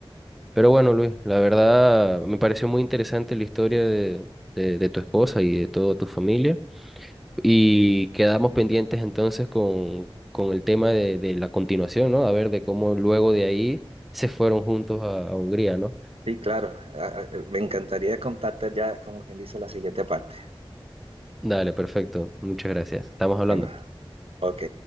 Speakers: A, in the centre; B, on the right.
A: pero bueno, Luis, la verdad me pareció muy interesante la historia de, de, de tu esposa y de toda tu familia y quedamos pendientes entonces con, con el tema de, de la continuación, ¿no? A ver de cómo luego de ahí se fueron juntos a, a Hungría, ¿no?
B: Sí, claro. Ah, ah, Me encantaría contarte ya, como quien dice, la siguiente parte.
A: Dale, perfecto. Muchas gracias. Estamos hablando.
B: Bueno, ok.